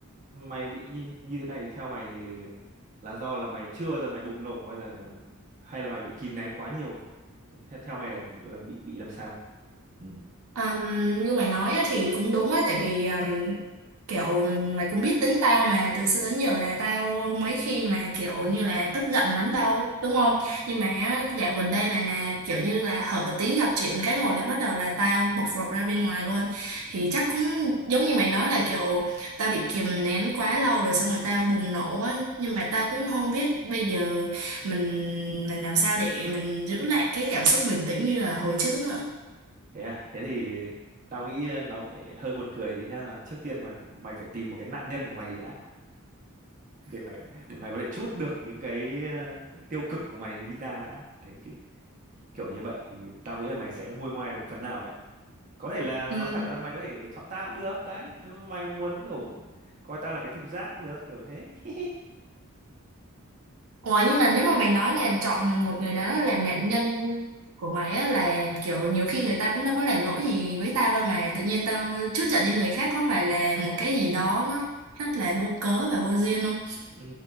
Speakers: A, on the right (about 35°); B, on the right (about 85°).
A: mày bị như, như thế này thì theo mày thì là do là mày chưa bao giờ mày bùng nổ hay là hay là mày bị kìm nén quá nhiều Thì theo, theo mày là là bị bị làm sao ừ.
B: Um, như mày nói á, thì cũng đúng á tại vì um, kiểu mày cũng biết tính tao mà từ xưa đến giờ là tao mấy khi mà kiểu như là tức giận lắm đâu đúng không nhưng mà á, dạo gần đây này nè kiểu như là hở tí gặp chuyện cái một là bắt đầu là tao bộc lộ ra bên ngoài luôn thì chắc cũng giống như mày nói là kiểu tao bị kìm nén quá lâu rồi xong rồi tao bùng nổ á nhưng mà tao cũng không biết bây giờ mình mình làm sao để mình giữ lại cái cảm xúc bình tĩnh như là hồi trước
A: thế à thế thì tao nghĩ nó phải hơi buồn cười tí nhá là trước tiên mày mày phải tìm một cái nạn nhân của mày đã để mày để mày có thể trút được những cái ờ, tiêu cực của mày đi ra đã đấy khi, kiểu như vậy thì tao nghĩ là mày sẽ nguôi ngoai được phần nào đấy có thể là
B: nữa
A: nói thẳng ra mày có thể chọn tao cũng được đấy nếu mà mày muốn kiểu coi tao là cái thùng rác cũng được kiểu thế <laughs>
B: Ủa nhưng mà nếu mà mày nói là chọn một người đó làm nạn nhân của mày á là kiểu nhiều khi người ta cũng đâu có làm lỗi gì với tao đâu mà tự nhiên tao trút giận đi người khác có phải là một cái gì đó nó rất là vô cớ và vô duyên không?
A: ừ,